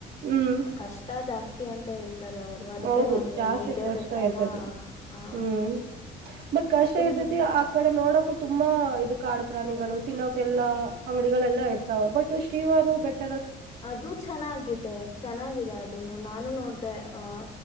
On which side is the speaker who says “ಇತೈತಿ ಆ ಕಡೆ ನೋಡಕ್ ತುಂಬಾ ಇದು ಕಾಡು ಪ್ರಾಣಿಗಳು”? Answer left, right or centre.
Right